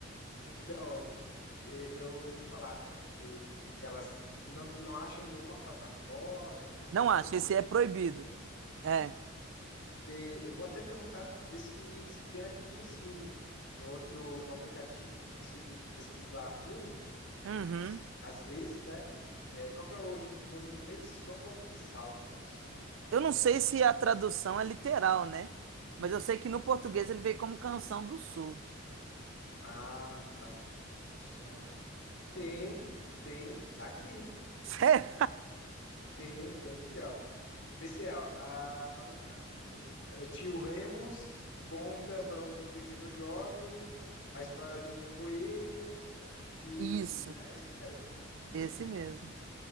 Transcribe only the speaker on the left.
Então, e- eu ouvi falar também que, que elas não, não acham em nenhuma plataforma, tem
toda
uma questão.
Te- Eu vou até perguntar, ver se, se tem naquele YouCine, no outro, no aplicativo aqui, consigo pesquisar filme,
S- às vezes, né? É, qual que é o, em- o nome em inglês? Song of the South, né? Song of
the
South.
Ah, tá. Son- Tem, tem, tá aqui.
Tem, tem aqui, ó. Vê se é, ó. Ah, tá. É, Tio Remus conta para um pequeno jovem a história de um coelho Que,
que, é é isso mesmo. Uhum.